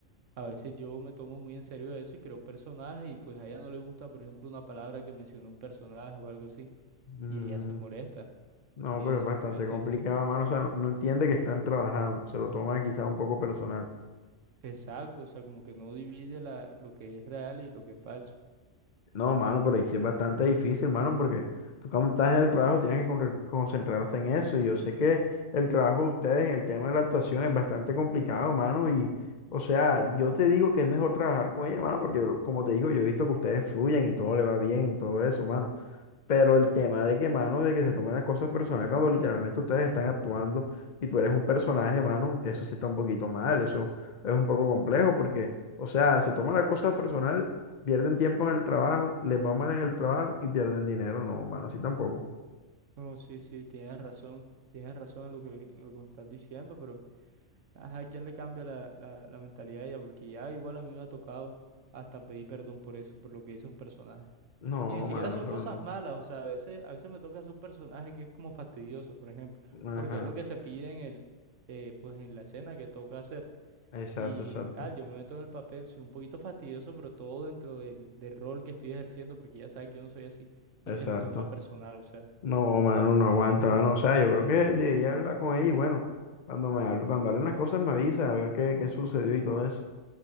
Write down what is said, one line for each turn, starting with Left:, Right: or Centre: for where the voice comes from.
Right: a veces yo me tomo muy en serio eso y creo personajes y pues a ella no le gusta, por ejemplo, una palabra que mencionó un personaje o algo así
Left: Mm,
Right: y ella se molesta,
Left: no,
Right: ella
Left: pero
Right: se
Left: es bastante
Right: molesta
Left: complicado,
Right: y
Left: mano, o sea, no, no entiende que están trabajando, se lo toma quizás un poco personal.
Right: Exacto, o sea, como que no divide la, lo que es real y lo que es falso.
Left: No, mano, pero ahí sí es bastante difícil, mano, porque tú cuando estás en el trabajo tienes que con- concentrarse en eso. Y yo sé que el trabajo de ustedes en el tema de la actuación es bastante complicado, mano. Y, o sea, yo te digo que es mejor trabajar con ella, mano, porque como te digo, yo he visto que ustedes fluyen y todo le va bien y todo eso, mano. Pero el tema de que, mano, de que se tomen las cosas personales cuando literalmente ustedes están actuando y tú eres un personaje, mano, eso sí está un poquito mal, eso es un poco complejo porque, o sea, se toman las cosas personal, pierden tiempo en el trabajo, les va mal en el trabajo y pierden dinero, no, mano, así tampoco.
Right: No, sí, sí, tienes razón, tienes razón en lo que, en lo que me estás diciendo, pero ajá, ¿quién le cambia la, la, la mentalidad a ella? Porque ya igual a mí me ha tocado hasta pedir perdón por eso, por lo que hizo un personaje.
Left: No,
Right: Y ni siquiera
Left: mano,
Right: son
Left: pero
Right: cosas
Left: no.
Right: malas, o sea, a veces, a veces me toca hacer un personaje que es como fastidioso, por ejemplo,
Left: Ajá,
Right: porque es lo que se pide en el, eh, pues en la escena que toca hacer.
Left: exacto,
Right: y
Left: exacto,
Right: tal, yo me meto en el papel, soy un poquito fastidioso, pero todo dentro del, del rol que estoy ejerciendo, porque ya sabe que yo no soy así, y
Left: exacto.
Right: se lo toma personal, o sea,
Left: No, mano, no aguanta, mano, o sea, yo creo que debería hablar con ella y bueno, cuando me hable- cuando hablen las cosas me avisa a ver qué, qué sucedió y todo eso.